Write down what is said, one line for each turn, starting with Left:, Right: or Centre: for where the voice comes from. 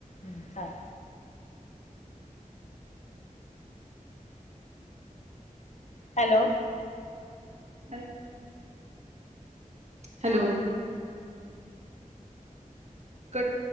Left: हम्म चालल हॅलो
Right: <inaudible> हॅलो कट